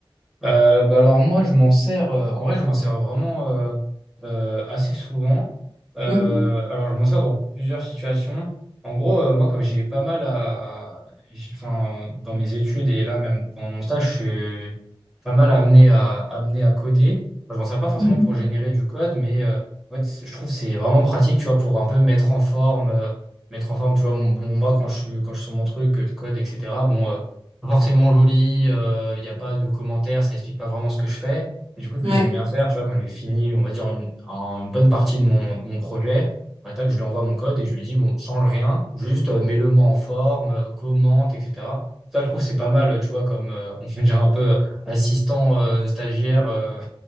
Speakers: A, in the centre; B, on the right.
A: Euh, bah alors moi je m'en sers euh, en vrai je m'en sers vraiment euh, euh, assez souvent Euh,
B: Mhm,
A: alors je m'en sers dans plusieurs situations en gros euh, moi comme j'ai pas mal à j'ai- enfin dans mes études et là même pendant mon stage je suis pas mal amené à amené à coder Enfin, je m'en sers pas forcément
B: mhm.
A: pour générer du code mais euh, en fait, c'est- je trouve que c'est vraiment pratique tu vois pour un peu mettre en forme euh, mettre en forme tu vois mon- mon- moi quand je suis quand je suis sur mon truc que je code etc bon euh, pas forcément joli, il n'y a pas de commentaires, ça explique pas vraiment ce que je fais. Et du coup, ce que
B: Ouais.
A: j'aime bien faire, tu vois, quand j'ai fini, on va dire, une, un- une bonne partie de mon, de mon projet, bah, tac, je lui envoie mon code et je lui dis, bon, change rien, juste euh, mets-le-moi en forme, euh, commente, etc. Ça, je trouve, c'est pas mal, tu vois, comme euh, <laughs> on fait déjà un peu assistant euh, stagiaire euh,